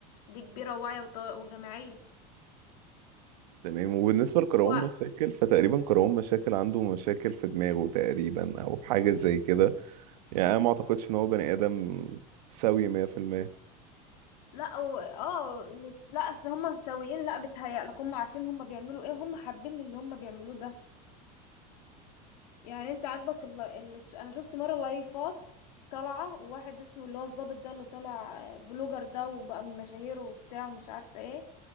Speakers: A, on the left (about 80°); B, on the right (about 80°).
A: دي كبيره وواعيه وط- وجامعيه
B: تمام وبالنسبه لكرهون
A: و...
B: مشاكل فتقريبا كرهون مشاكل عنده مشاكل في دماغه تقريبا او حاجه زي كده يعني انا ما اعتقدش ان هو بني ادم سوي 100%
A: لا و... اه مش- لا اصل هم سويين لا بيتهيألك هم عارفين هم بيعملوا ايه هم حابين اللي هم بيعملوه ده يعني انت عاجبك ال... ال... ش- انا شفت مره لايفات طالعه وواحد اسمه اللي هو الظابط ده اللي طالع آه، بلوجر ده وبقى من مشاهير وبتاع ومش عارفه ايه